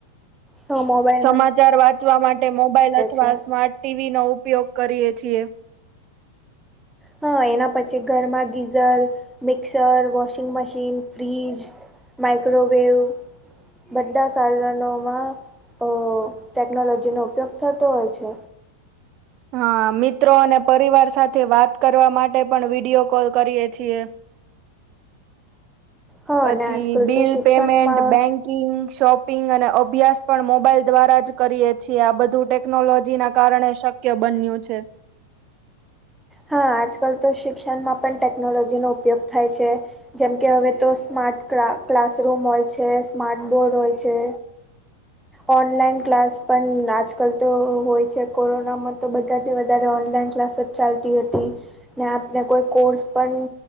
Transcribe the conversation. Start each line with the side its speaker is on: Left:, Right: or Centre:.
Centre: હ મોબાઈલ
Right: સમાચાર વાંચવા માટે મોબાઈલ અથવા
Centre: છે
Right: સ્માર્ટ ટીવી નો ઉપયોગ કરીએ છીએ.
Centre: હા એના પછી ઘરમાં geyser mixer washing machine fridge microwave બધા સાધનોમાં ટેકનોલોજીનો ઉપયોગ થતો હોય છે.
Right: હા મિત્રો અને પરિવાર સાથે વાત કરવા માટે પણ વિડીયો કોલ કરીએ છીએ.
Centre: હા
Right: પછી
Centre: અને આજકાલ
Right: બિલ
Centre: તો શિક્ષણમાં
Right: પેમેન્ટ બેંક કિંગ શોપિંગ અને અભ્યાસ પણ મોબાઈલ દ્વારા જ કરીએ છીએ આ બધું ટેક ટેકનોલોજી ના કારણે શક્ય બન્યું છે.
Centre: હા આજકાલ તો શિક્ષણમાં પણ ટેકનોલોજીનોો ઉપયોગ થાય છે. જેમકે હવે તો સ્માર્ટ ક્લાસરૂમ હોય છે સ્માર્ટ બોર્ડ હોય છે ઓનલાઈન ક્લાસ પણ આજકાલ તો હોય છે કોરોનામાં તો બધાને વધારે ઓનલાઈન ક્લાસ ચાલતી હતી ને આપને કોઈ કોર્સ પણ